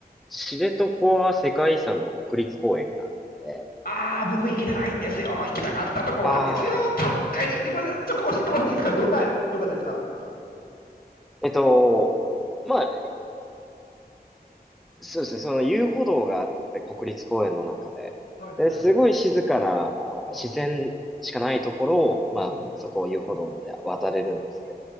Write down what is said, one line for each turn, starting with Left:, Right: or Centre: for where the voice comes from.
Centre: 知床は世界遺産の国立公園があるので、
Left: ああ、僕行けてないんですよ。行きたかったところなんですよ。
Centre: ああ、
Left: ちょっと、これ、ちょっと教えてもらっていいですかどんな良かったですか
Centre: えっと、まあ、
Left: うん。
Centre: そうですね、その遊歩道があって、国立公園の中で。
Left: はいはいはいはい。
Centre: で、すごい静かな、あ自然しかないところを、
Left: はあ、
Centre: まあ、
Left: うん。
Centre: そこを遊歩道で渡れるんですけ